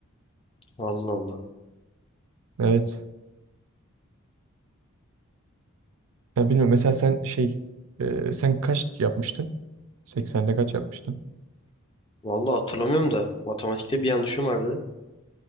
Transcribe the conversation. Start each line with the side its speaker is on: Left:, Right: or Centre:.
Left: Allah Allah.
Right: Evet. Ya bilmiyorum mesela sen şey e, sen kaç yapmıştın? 80'de kaç yapmıştın?
Left: Vallahi hatırlamıyorum da matematikte bir yanlışım vardı.